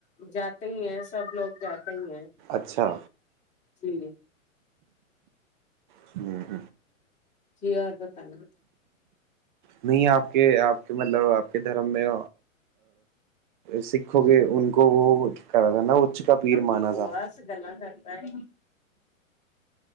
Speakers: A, on the left (about 15°); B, on the right (about 35°).
A: جاتے ہی ہیں سب لوگ جاتے ہی ہیں
B: اچھا
A: جی
B: ھمم
A: جی اور بتانا
B: نہیں آپ کے آپ کے مطلب آپ کے دھرم میں سکھوں کے ان کو وہ کرا تھا نا کا پیر
A: بکواس
B: مانا تھا
A: گلا کرتا ہے